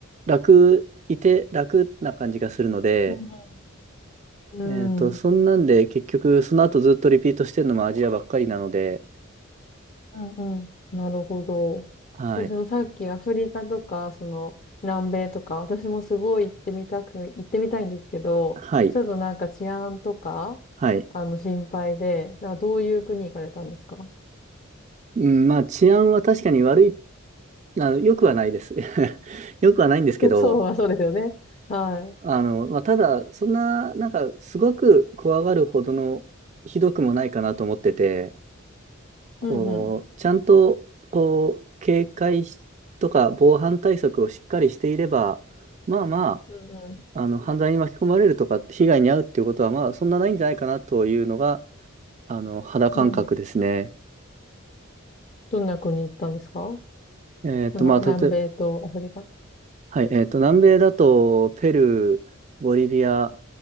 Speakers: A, on the right; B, on the left.
A: 楽、いて楽な感じがするので、
B: うんうん。
A: えーっと、
B: うん
A: そんなんで結局その後ずっとリピートしてるのもアジアばっかりなので、
B: うんうん。なるほど。
A: はい。
B: で、そのさっきアフリカとか、その南米とか、私もすごい行ってみたく、行ってみたいんですけど、
A: はい。
B: ちょっとなんか治安とか、
A: はい。
B: あの心配で、あどういう国行かれたんですか
A: うん、まあ、治安は確かに悪い、あの、良くはないです。<laughs> 良くはないんですけど、
B: <laughs> そうはそうですよね。は
A: あの、まあ、ただ、そんな、なんか、すごく怖がるほどのひどくもないかなと思ってて、こう、
B: い。うんうん。
A: ちゃんと、こう、警戒しとか防犯対策をしっかりしていれば、まあま
B: うん
A: あ、あの、犯罪に巻き込まれるとか、被害に遭うっていうことは、まあ、そんなないんじゃないかなというのが、あの、肌感覚ですね。
B: うん。うん。どんな国行ったんですか
A: えっと、
B: その南米とアフリカ。
A: まあ、たと、はい、えっと、南米だと、ペルー、ボリビア、